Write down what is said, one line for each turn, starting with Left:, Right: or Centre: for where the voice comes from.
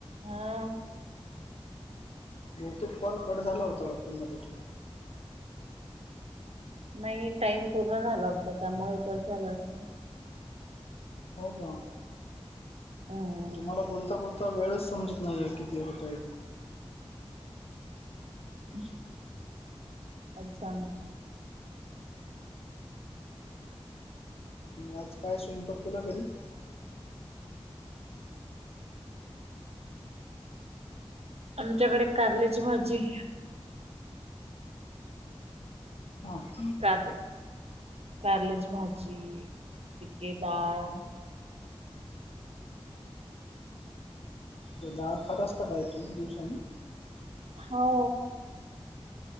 Right: हम
Left: बहूतेक कॉल कट झाला होता वाटतं मधून.
Right: नाही टाइम पूर्ण झाला होता त्यामुळे कट झालं असेल.
Left: हो का
Right: हम्म.
Left: तुम्हाला बोलता बोलता वेळच समजत नाहीये कि- ते होतयती <unintelligible>
Right: <unintelligible> अच्छा.
Left: मग आज काय स्वयंपाक केला घरी?
Right: आमच्याकडे कारल्याची भाजी.
Left: हां <unintelligible>
Right: कार कारल्याची भाजी पिके डाळ.
Left: तर डाळ खात असता काय तू दिवसानी?
Right: हो.